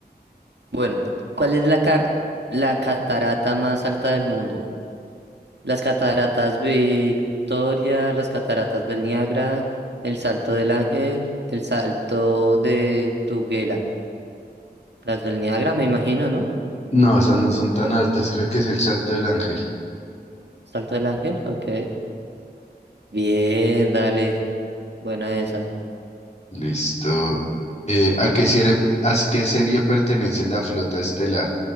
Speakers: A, on the right; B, on the left.
A: Bueno, ¿cuál es la car- la catarata más alta del mundo? Las cataratas Victoria, las cataratas del Niágara, el Salto del Ángel, el Salto de Tuguela. Las del Niágara, me imagino, ¿no?
B: no, esas no son tan altas. Creo que es el salto del ángel.
A: Salto del Ángel, ok. Bien, dale. Buena esa.
B: Listo. Eh, ¿a qué serie, a qué serie pertenece la flota estelar?